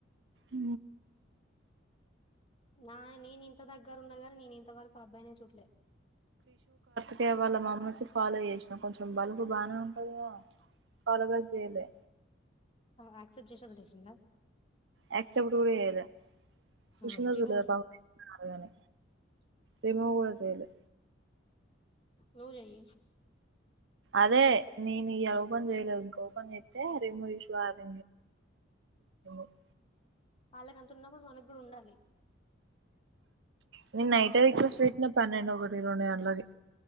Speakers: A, on the right; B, on the left.
A: అ
B: నా నేను ఇంత దగ్గర గరున్న గని నేను ఇంత వరకు ఆ అబ్బాయినే చుల్లే
A: ఇగ వాళ్ళ మమ్మీకి ఫాలో చేసిన కొంచెం బలుకు బాగానే ఉంటది కదా ఫాల్లోప్ చేయలే
B: ఆమెకు యాక్సెప్ట్ చేసేది <unintelligible>
A: యాక్సెప్ట్ కూడా చేయలే చూషిందో
B: హ్మ్. రిమూవ్
A: చూడలేదో
B: చెయ్.
A: పాపం పాడుగాను రిమూవ్ గుడా చేయలే
B: నువ్వు జేయ్
A: అదే నేను ఇగ ఓపెన్ చేయలేదు ఇంకా ఓపెన్ చేత్తే రిమూవ్ ఇష్యూ యాప్ <unintelligible>
B: వాళ్ళకి అంత ఉన్నప్పుడు మనకి కూడా ఉండాలి
A: నేను నైటే రిక్వెస్ట్ పెట్టిన పన్నెండు ఒకటింటి రెండు గంటలకి